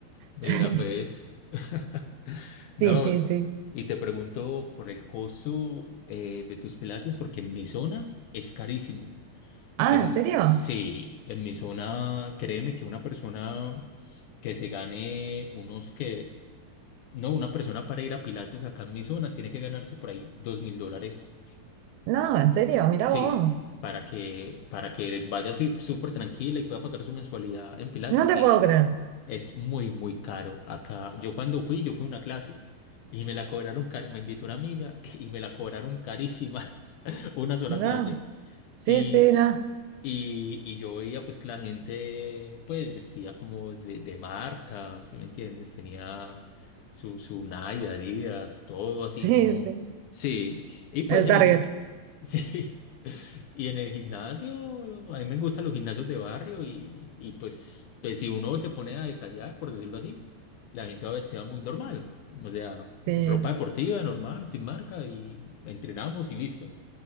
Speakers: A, on the left; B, on the right.
A: Mira,
B: <laughs>
A: pues. <laughs> No,
B: Sí, sí, sí. sí.
A: y te pregunto por el costo eh, de tus pilates, porque en mi zona es carísimo.
B: Ah,
A: En,
B: ¿en serio?
A: sí, en mi zona, créeme que una persona que se gane unos que, no, una persona para ir a pilates acá en mi zona tiene que ganarse por ahí dos mil dólares.
B: No, en serio, mirá
A: Sí,
B: vos.
A: para que, para que vaya así súper tranquila y pueda pagar su mensualidad en pilates,
B: No te
A: sí.
B: puedo creer.
A: Es muy, muy caro acá. Yo cuando fui, yo fui a una clase y me la cobraron, car- me invitó una amiga <laughs> y me la cobraron carísima, <laughs> una sola clase.
B: No,
A: Y,
B: Sí, sí, no.
A: y, y yo veía pues que la gente pues vestía como de, de marca, ¿sí me entiendes? Tenía su, su Nike, Adidas, todo así
B: Sí,
A: como...
B: sí.
A: Sí, y pues
B: El
A: en el...
B: target.
A: gim- <laughs> Sí, y en el gimnasio, a mí me gustan los gimnasios de barrio y, y pues, pues si uno se pone a detallar, por decirlo así, la gente va vestida muy normal, o sea, ropa
B: Sí.
A: deportiva normal, sin marca y entrenamos y listo.